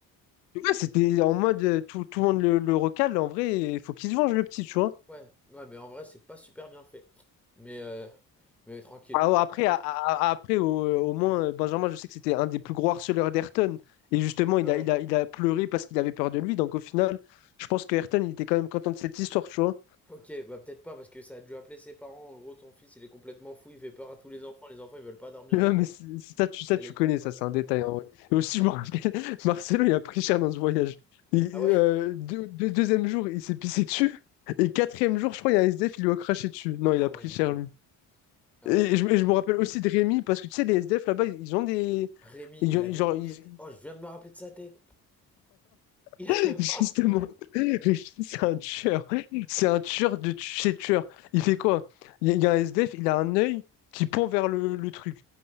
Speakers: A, on the left; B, in the centre.
A: ouais, c'était en mode euh, tout, tout le monde le, le recale. En vrai, il faut qu'il se venge, le petit, tu vois.
B: Ouais, ouais, mais en vrai, c'est pas super bien fait. Mais, euh, mais tranquille.
A: Ah ouais, après, à- à- à- après au, euh, au moins, euh, Benjamin, je sais que c'était un des plus gros harceleurs d'Ayrton. Et justement, il
B: Ah
A: a,
B: ouais.
A: il a, il a pleuré parce qu'il avait peur de lui. Donc au final, je pense que Ayrton, il était quand même content de cette histoire, tu vois.
B: Ok, bah peut-être pas, parce que ça a dû appeler ses parents. En gros, ton fils, il est complètement fou, il fait peur à tous les enfants. Les enfants, ils veulent pas dormir
A: Non,
B: avec
A: mais
B: lui.
A: c'est- c'est- ça, tu, ça,
B: Elle
A: tu
B: est dure
A: connais,
B: quand
A: ça,
B: même.
A: c'est un détail en vrai. Et aussi, je me rappelle, <laughs> Marcelo, il a pris cher dans ce voyage. Il-
B: Ah
A: euh,
B: ouais?
A: deux- deux- deuxième jour, il s'est pissé dessus. Et quatrième jour, je crois, il y a un SDF, il lui a craché dessus. Non, il
B: Ah
A: a pris
B: ouais, elle
A: cher,
B: est dure.
A: lui.
B: Ah
A: Et,
B: ouais.
A: et je, et je me rappelle aussi de Rémi, parce que tu sais, les SDF là-bas, ils ils ont des.
B: Rémi,
A: ils
B: il
A: ont-
B: avait
A: genre,
B: une tête.
A: ils-
B: Oh, je viens de me rappeler de sa tête. Il-
A: <laughs>
B: <laughs>
A: Justement, Rémi, c'est un tueur. C'est un tueur de tu- chez tueur. Il fait quoi? Il y a il y a un SDF, il a un œil qui pend vers le, le truc,